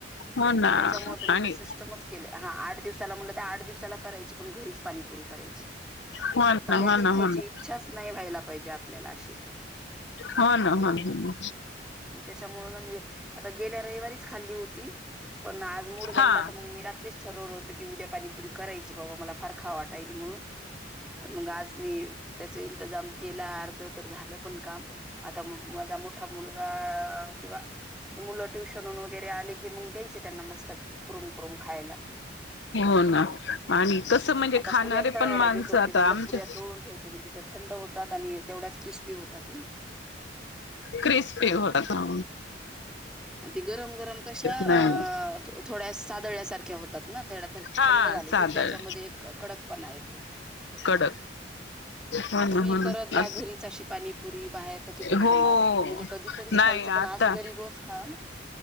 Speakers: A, on the left; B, in the centre.
A: हो ना
B: त्याच्यामुळे मी
A: आणि
B: सिस्टमच केले ह आठ दिवस त्याला म्हणटल आठ दिवसाला करायची पण घरीच पाणीपुरी करायची,
A: हो
B: बाहेरची
A: ना हो ना
B: खायची
A: हो ना
B: इच्छाच नाही व्हायला पाहिजे आपल्याला अशी.
A: हा ना हा ह.
B: त्याच्यामुळे मग आता गेल्या रविवारीच खाल्ली होती पण आज मुड
A: हा
B: बनला तर मी रात्रीचं ठरवलं होतं की उद्या पाणीपुरी करायची बाबा मला फार खा वाटायल म्हणून. मग आज मी त्याचा इंंतजाम केला अर्ध तर झालं पण काम. आता माझा मोठा मुल किंवा मुलं ट्युशन वगैरे आले कि मग द्यायचे त्यांना मस्त क्रुम क्रुम खायला.
A: हो ना आणि कसं म्हणजे
B: आता
A: खाणारे
B: पुऱ्याच तळायला
A: पण माणसं
B: घेतले होते
A: आता
B: म्हणलं
A: आमच्या
B: पुऱ्या तळून ठेवते म्हजे त्या थंड होतात आणि तेवढ्याच क्रिस्पी होतात ना.
A: क्रिस्पी होतात हा.
B: ती गरम-गरम कशा
A: नाही
B: अ थोड्या सादळ्यासारख्या होतात ना तेढ्या तर
A: हा
B: थंड झाले
A: सादळ
B: किं त्याच्यामध्ये एक कडक पणा येतो.
A: कडक. हो ना
B: तुम्ही
A: हो ना
B: करत जा घरीच अशी पाणीपुरी बाहेर तर किती खाणार
A: हो
B: म्हणजे कधीतरीच
A: नाही
B: खायचं पण
A: आता
B: असं घरी रोज खावा ना.